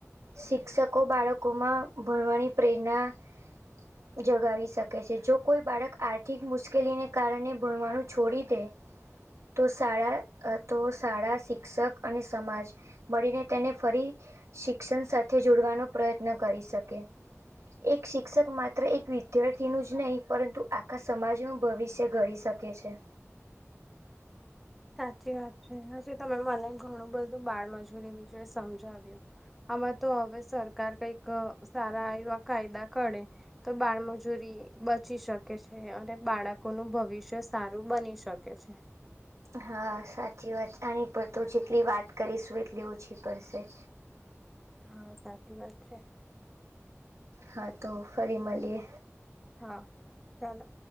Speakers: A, on the right (about 80°); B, in the centre.
A: શિક્ષકો બાળકોમાં ભણવાની પ્રેણા <inaudible> જગાવી શકે છે, જો કોઈ બાળક આર્થિક મુશ્કેલીને કારણે ભણવાનું છોડી દે તો શાળા અ તો શાળા, શિક્ષક અને સમાજ મળીને તેને ફરી શિક્ષણ સાથે જોડવાનો પ્રયત્ન કરી શકે એક શિક્ષક માત્ર એક વિદ્યાર્થીનું જ નહી, પરંતુ આખા સમાજનું ભવિષ્ય ઘડી શ કે છે.
B: સાચી વાત છે, હજી તમે મને ઘણું બધું બાળમજૂરી વિશે સમજાવ્યું આમાં તો હવે સરકાર કઈક અ સારા એવા કાયદા કાઢે તો બાળમજૂરી બચી શકે છે, અને બાળકોનું ભવિષ્ય સારું બની શકે છે.
A: હા, સાચી વાત આની પર તો જેટલી વાત કરીશું એટલી ઓછી પડશે.
B: હ, સાચી વાત છે.
A: હા, તો ફરી મલીએ.
B: હા, ચાલો.